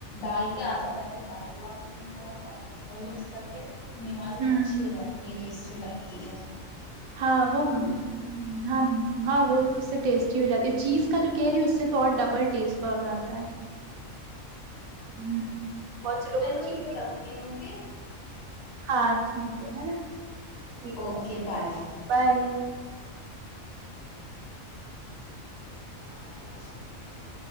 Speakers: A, on the left (about 85°); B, on the right (about 85°).
A: ڈال کے آدھا پیکٹ ڈال دو آپ اس میں تھوڑا سا اور مکس کر کے نکالو
B: ہوں
A: اچھی ہو جاتی ہے ٹیسٹی لگ ہے تی ہے
B: ہاں وہ ہاں ہاں وہ اس سے ٹیسٹی ہو جاتی ہے چیز کا جو کہہ رہی اس سے تو اور ڈبل ٹیسٹ ب ہو جاتا ہے ہوں بہت سے لوگ
A: چلو
B: کو
A: پھر
B: چیز
A: میں
B: ہی،
A: رکھتی ہوں ک
B: ہاں ٹھیک ہے ہے نا ٹھیک
A: اوکے
B: ہے
A: بائے
B: بائے
A: ااںک ب